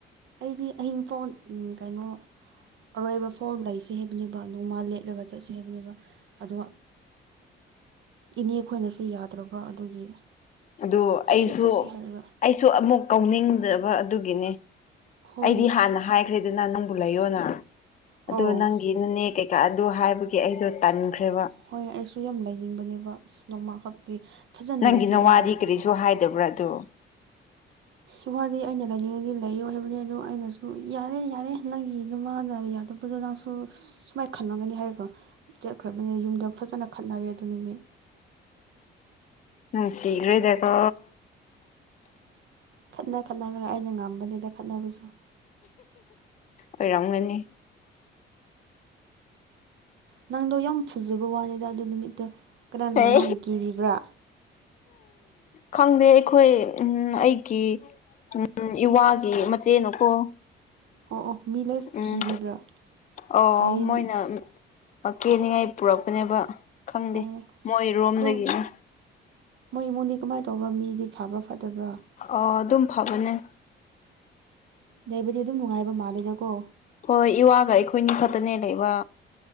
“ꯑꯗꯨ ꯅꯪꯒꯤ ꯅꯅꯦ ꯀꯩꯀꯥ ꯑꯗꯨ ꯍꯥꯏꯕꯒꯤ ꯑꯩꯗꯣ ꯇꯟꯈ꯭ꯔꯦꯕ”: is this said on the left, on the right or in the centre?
Left